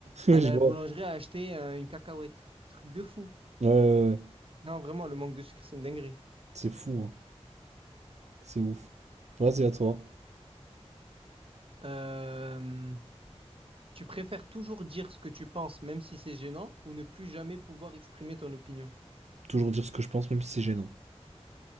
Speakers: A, on the right (about 80°); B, on the right (about 55°).
A: Ouais,
B: Aller
A: Je
B: à
A: vois.
B: la boulangerie à acheter euh, une cacahuète. Un truc de fou.
A: Ouais, ouais, ouais.
B: Non, vraiment, le manque de sucre, c'est une dinguerie.
A: C'est fou, hein. C'est ouf. Vas-y, à toi.
B: Euh, Tu préfères toujours dire ce que tu penses, même si c'est gênant, ou ne plus jamais pouvoir exprimer ton opinion?
A: Toujours dire ce que je pense, même si c'est gênant.